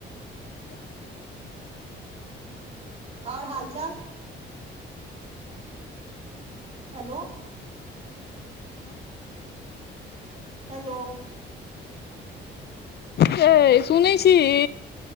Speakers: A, on the left; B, on the right.
A: <inaudible>
B: ओर हाल चाल? हेलो
A: ब छै।
B: हेलो
A: गै सुनै छी ही?